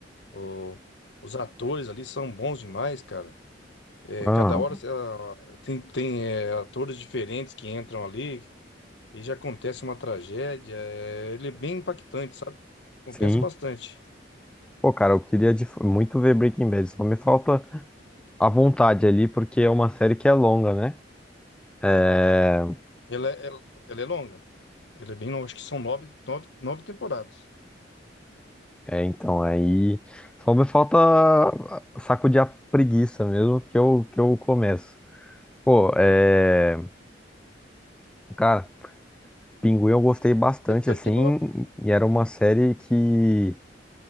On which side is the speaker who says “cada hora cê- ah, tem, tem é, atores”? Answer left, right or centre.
Left